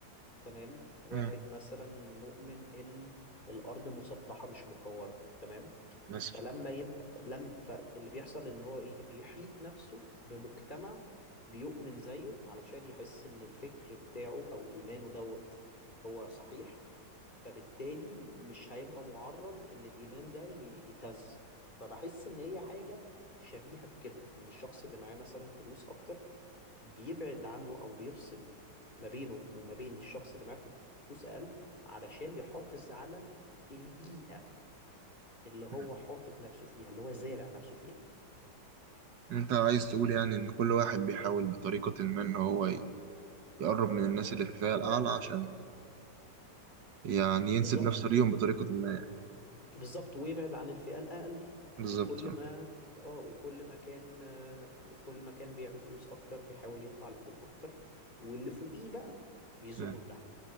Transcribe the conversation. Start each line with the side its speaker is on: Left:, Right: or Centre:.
Left: تمام واحد
Right: آه.
Left: مثلا مؤمن ان الارض مسطحه مش مكوره تمام
Right: بس
Left: فلما يبقى لم فاللي بيحصل ان هو ايه بيحيط نفسه بمجتمع بيؤمن زيه علشان يحس ان الفكر بتاعه او ايمانه دوت هو صحيح فبالتالي مش هيبقى معرض ان الايمان ده ي- يتهز فبحس ان هي حاجة شبيهة بكده ان الشخص اللي معاه مثلا فلوس اكتر بيبعد عنه او بيفصل ما بينه وما بين الشخص اللي معاه فلوس اقل علشان يحافظ على البيئة اللي هو
Right: آه.
Left: حاطط نفسه فيها اللي هو زارع نفسه فيها
Right: انت عايز تقول يعني ان كل واحد بيحاول بطريقة ما ان هو يقرب من الناس اللي في الفئة الأعلى عشان يعني
Left: بالظبط
Right: ينسب نفسه ليهم بطريقة ما يعني.
Left: بالظبط ويبعد عن الفئة الأقل
Right: بالظبط
Left: وكل
Right: اه
Left: ما اه وكل ما كان آه، كل ما كان بيعمل فلوس أكتر بيحاول يطلع لفوق أكتر واللي فوقيه بقى بيزقه
Right: اه.
Left: لتحت